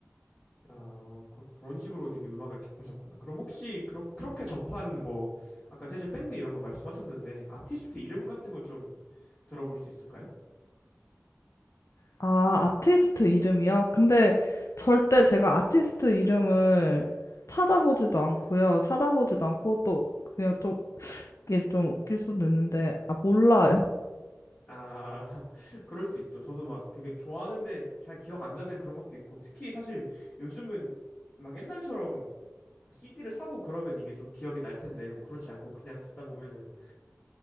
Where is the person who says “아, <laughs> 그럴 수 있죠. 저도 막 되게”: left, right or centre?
Left